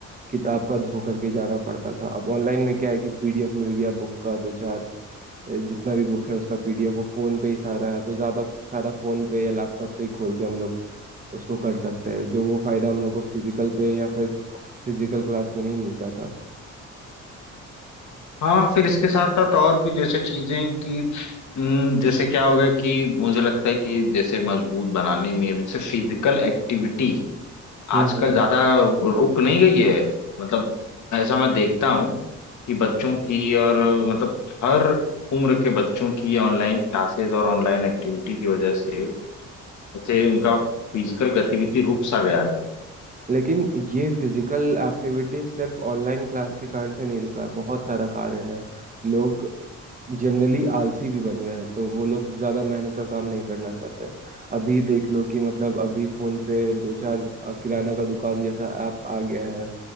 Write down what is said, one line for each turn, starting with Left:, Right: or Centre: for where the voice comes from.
Right: किताब का धो करके जाना पड़ता था अब ऑनलाइन में क्या है कि पीडीएफ मिल गया बुक का दो चार अ, जितना भी बुक है उसका पीडीएफ वो फोन पे ही सारा है तो ज्यादा सारा फोन पे या लैपटॉप पे ही खोल के हम लोग उसको कर सकते हैं जो वो फायदा हम लोग को फिजिकल पे या फिर फिजिकल क्लास में नहीं मिलता था
Left: हाँ फिर इसके साथ साथ और भी जैसे चीजें कि हम्म, जैसे क्या होगा कि मुझे लगता है कि जैसे मजबूत बनाने में जैसे फिजिकल एक्टिविटी
Right: हम्म
Left: आजकल
Right: हम्म
Left: ज्यादा रुक नहीं गई है मतलब ऐसा मैं देखता हूँ कि बच्चों की और मतलब हर उम्र के बच्चों की ऑनलाइन क्लासेस और ऑनलाइन एक्टिविटी की वजह से जैसे उनका फिजिकल गतिविधि रुक सा गया है
Right: लेकिन ये फिजिकल एक्टिविटी सिर्फ ऑनलाइन क्लास के कारण से नहीं रुका है बहुत सारा कारण है लोग जनरली आलसी भी बन गए हैं तो वो लोग ज्यादा मेहनत का काम नहीं करना चाहते हैं अभी देख लो कि मतलब अभी फोन पे दो चार अ, किराना का दुकान जैसा ऐप आ गया है